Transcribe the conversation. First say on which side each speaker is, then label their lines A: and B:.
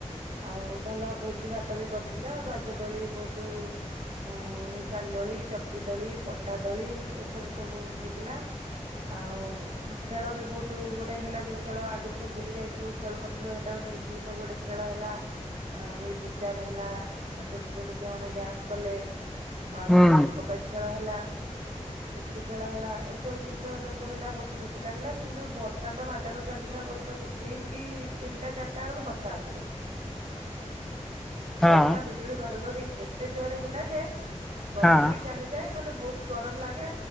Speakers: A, on the right (about 60°); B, in the centre.
A: ।ଆଉ ଭଲ ଭୋଜି ଭାତ ବି କରିଥିଲୁ। ରଜଦୋଳି ବହୁତ-ଉଁ-ନିଶାନି ଦୋଳି, ଚକ୍ରୀ ଦୋଳି ପଡି ପଟା ଦୋଳି ଏଇ ସବୁ ସବୁ ହେଇଥିଲା । ଆଉ ଖେଳ ବି ବହୁତ୍ ଗୋଟେ ହେଲା ଯଉ ଖେଳ ଆଗରୁ ସବୁ ଭୁଲିଯାଇଥିଲୁ, ଖେଳୁନଥିଲୁ ହେଟା ଗୋଟେ ମିଶିକି ସବୁ ଗୋଟେ ଖେଳ ହେଲା । ଆଁ- ମ୍ୟୁଜିକ ଚେୟାର ହେଲା, ଛୋଟ ଛୋଟ ଝିଅମାନେ ଡ୍ୟାନସ୍ କଲେ ଆଉ
B: ହୁଁ
A: କବାଡି ଖେଳ ହେଲା। ପୁଚି ଖେଳ ହେଲା। ଏସବୁ ଜିନିଷ ସବୁ ହେଲା ବହୁତ ଖୁସି ଲାଗିଲା । କିନ୍ତୁ ବର୍ଷା ତ ବାଧକ ସାଜିଲା ବହୁତ ଠିକ କି ତିନିଟା ଚାରିଟା ବେଳକୁ ବର୍ଷା ଆସିଲା ।
B: ହଁ
A: ବର୍ଷା ବିଜୁଳି ଘଡଘଡି ଏତେ ଜୋରରେ ହେଲା ଯେ କରେଣ୍ଟ
B: ହଁ।
A: ବି ଚାଲିଯାଏ । କଲେ ବହୁତ୍ ଗରମ ଲାଗେ।